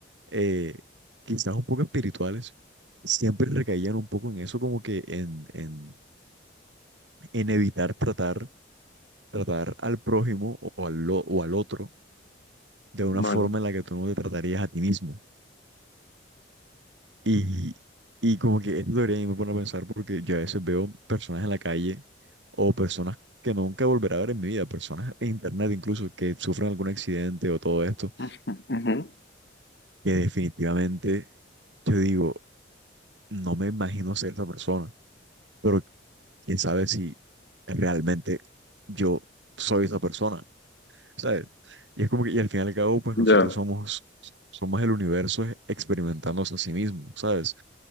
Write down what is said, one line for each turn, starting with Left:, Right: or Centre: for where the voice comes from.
Right: eh, quizás un poco espirituales, siempre recaían un poco en eso, como que en, en, en evitar tratar, tratar al prójimo o al, lo- o al otro de una
Left: Vale.
Right: forma en la que tú no te tratarías a ti mismo. Y, y como que esto debería me pone a pensar porque yo a veces veo personas en la calle o personas que nunca volveré a ver en mi vida, personas en internet incluso que sufren algún accidente o todo esto,
Left: <laughs> Ujú, ujú.
Right: que definitivamente yo digo, no me imagino ser esa persona, pero quién sabe si realmente yo soy esa persona, ¿sabes? Y es como que, y al fin y al cabo, pues
Left: Ya.
Right: nosotros somos, somos el universo experimentándose a sí mismo, ¿sabes?